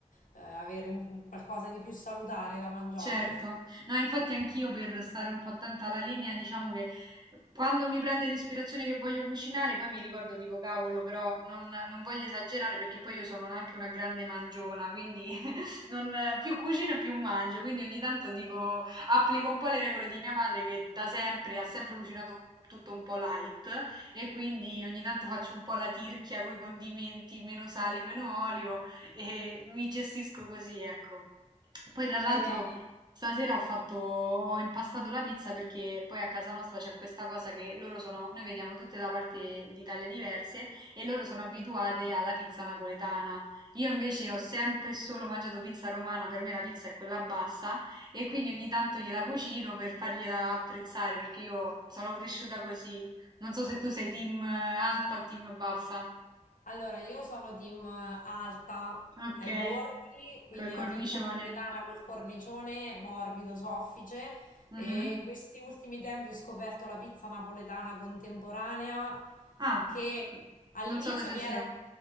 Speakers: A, on the left; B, on the right.
A: eh, avere un- qualcosa di più salutare da mangiare.
B: Certo. No, infatti anch'io per stare un po' attenta alla linea, diciamo che quando mi prende l'ispirazione che voglio cucinare, poi mi ricordo, dico, cavolo, però non, non voglio esagerare perché poi io sono anche una grande mangiona, quindi <laughs> non, più cucino e più mangio, quindi ogni tanto dico, applico un po' le regole di mia madre che da sempre ha sempre cucinato tutto un po' light e quindi ogni tanto faccio un po' la tirchia con i condimenti, meno sale, meno olio e mi gestisco così, ecco. Poi tra l'altro
A: Fai bene.
B: stasera ho fatto, ho impastato la pizza perché poi a casa nostra c'è questa cosa che loro sono, noi veniamo tutte da parti d'Italia diverse e loro sono abituate alla pizza napoletana. Io invece ho sempre e solo mangiato pizza romana, per me la pizza è quella bassa e quindi ogni tanto gliela cucino per fargliela apprezzare perché io sono cresciuta così. Non so se tu sei team eh, alta o team bassa.
A: Allora, io sono team alta
B: Ok,
A: ai bordi, quindi
B: col cornicione.
A: la pizza napoletana col cornicione morbido, soffice
B: Mhm.
A: e in questi ultimi tempi ho scoperto la pizza napoletana contemporanea
B: Ah,
A: che all'inizio
B: non so cosa
A: mi era...
B: sia.